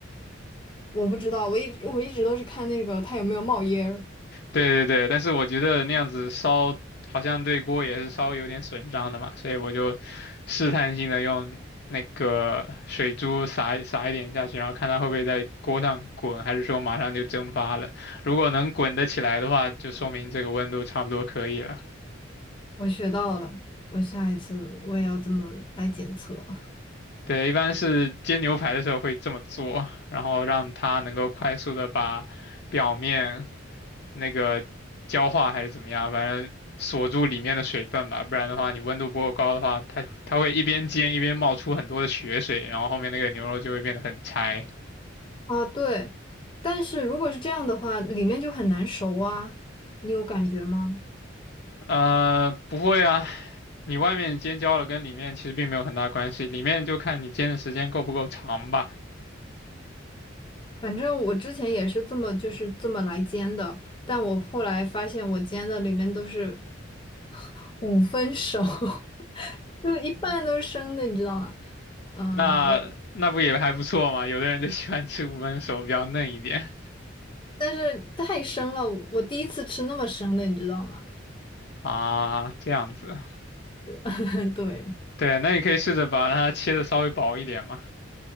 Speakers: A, on the left; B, on the left.
A: 我不知道，我一我一直都是看那个它有没有冒烟儿。
B: 对对对，但是我觉得那样子烧好像对锅也是稍微有点损伤的嘛，所以我就试探性的用那个水珠撒一撒一点下去，然后看它会不会在锅上滚，还是说马上就蒸发了。如果能滚得起来的话，就说明这个温度差不多可以了。
A: 我学到了，我下一次我也要这么来检测。
B: 对，一般是煎牛排的时候会这么做，然后让它能够快速的把表面那个焦化还是怎么样，反正锁住里面的水分吧，不然的话你温度不够高的话，它它会一边煎一边冒出很多的血水，然后后面那个牛肉就会变得很柴。
A: 啊，对，但是如果是这样的话，里面就很难熟啊，你有感觉吗？
B: 呃，不会啊，你外面煎焦了跟里面其实并没有很大关系，里面就看你煎的时间够不够长吧。
A: 反正我之前也是这么就是这么来煎的，但我后来发现我煎的里面都是 <laughs> 五分熟，<laughs> 就一半都是生的，你知道吗？嗯，
B: 那那不也还不错嘛，
A: 我
B: 有的人就喜欢吃五分熟，比较嫩一点。
A: 但是太生了，我第一次吃那么生的，你知道吗？
B: 啊，这样子，
A: <laughs> 对，
B: 对，那你可以试着把它切的稍微薄一点嘛，